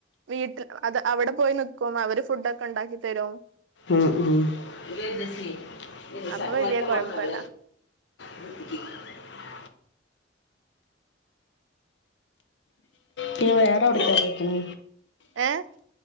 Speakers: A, on the right; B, on the left.
A: വീട്ടിൽ അത് അവിടെ പോയി നിക്കും അവര് ഫുഡ് ഒക്കെ ഉണ്ടാക്കി തരും
B: ഉം ഉം ഇട്ടട്ട
A: അപ്പൊ വലിയ കുഴപ്പല്ല
B: നല്ല <unintelligible> പിന്നെ വേറെ എവിടത്തെ പോയിക്കണ
A: ഏഹ